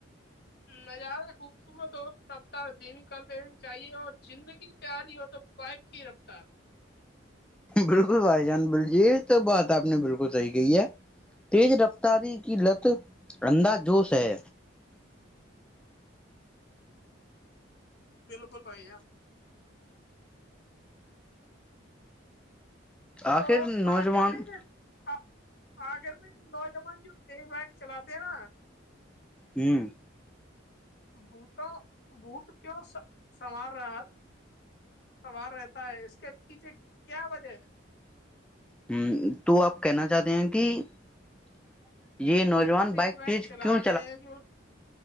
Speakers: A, on the left; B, in the centre.
A: نظارہ خوبصورت ہو رفتار دینی کر دینی چاہیے اور زندگی پیاری ہو تو بائیک کی رفتار <unintelligible>
B: بالکل بھائی جان بلجیر تو بات آپ نے بالکل صحی کہی ہے تیز رفتاری کی لت انندا جوش ہے
A: بالکل بھائی ار <unintelligible>
B: آخر
A: تو
B: نوجوان
A: آخر میں یہ <unintelligible> آگر میں نوجوان جو بائک چلاتے ہیں نا
B: ہ <unintelligible>
A: بت بھوت کیوں سنوار رہا سنوار رہتا ہے اس کے پیھے کیا وجہ ہے <unintelligible>
B: ہ تو آپ کہنا چاہتے ہیں کہ <unintelligible> یہ نوجوان
A: جو تیز
B: بائک
A: بگ چلاتے
B: کیوں
A: ہیں جو